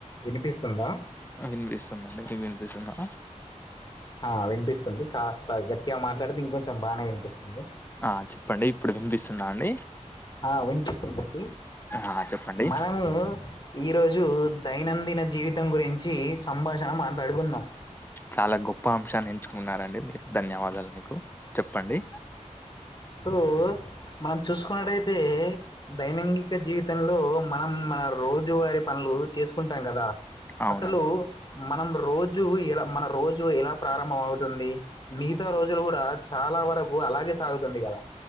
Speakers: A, on the left (about 35°); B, on the left (about 15°).
A: వినిపిస్తుందా
B: వినిపిస్తుందండి మీకు వినిపిస్తుందా
A: ఆ వినిపిస్తుంది కాస్త గట్టిగా మాట్లాడితే ఇంకొంచెం బాగానే వినిపిస్తుంది
B: ఆ చెప్పండి ఇప్పుడు వినిపిస్తుంద అండి
A: ఆ వినిపిస్తుందండి
B: ఆ చెప్పండి
A: మనము ఇగో ఈరోజు దైనందిన జీవితం గురించి సంభాషణ మాట్లాడుకుందాం
B: చాలా గొప్ప అంశాన్ని ఎంచుకున్నారండి మీకు ధన్యవాదాలు మీకు చెప్పండి
A: సో మనం చూసుకున్నట్టయితే దైైనంగిక జీవితంలో మనం మన రోజువారీ పనులు చేసుకుంటాం కదా
B: అవునండి
A: అసలు మనం రోజు ఎలా మన రోజు ఎలా ప్రారంభం అవుతుంది మిగతా రోజులు కూడా చాలా వరకు అలాగే సాగుతుంది కదా